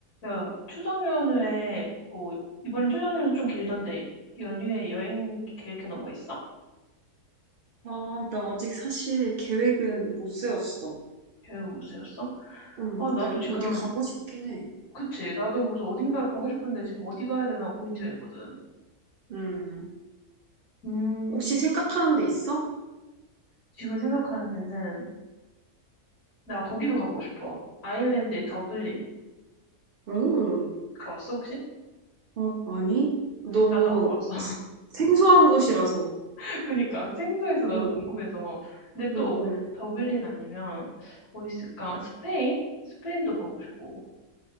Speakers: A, on the left; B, on the right.
A: 야, 추석 연휴에 뭐 이번엔 추석 연휴 좀 길던데 연휴에 여행 계획해 놓은 거 있어?
B: 아, 나 아직 사실 계획은 못 세웠어.
A: 계획 세웠어?
B: 응,
A: 아
B: 근데
A: 나도 지금
B: 어디 가고 싶긴 해.
A: 그치 나도 그래서 어딘가
B: 응.
A: 가고 싶은데 지금 어디 가야 되나 고민 중이거든.
B: 음,
A: 음
B: 혹시 생각하는 데 있어?
A: 지금 생각하는 데는 나 거기도 가보고 싶어. 아일랜드의 더블린
B: 응,
A: 가봤어 혹시?
B: 어, 아니? 너무
A: 나도 안 가봤어.
B: 스- 생소한 곳이라서.
A: <laughs> 그니까 생소해서 나도
B: 응,
A: 궁금해서. 근데 또
B: 응, 응.
A: 더블린 아니면 어디 있을까? 스페인? 스페인도 가보고 싶고.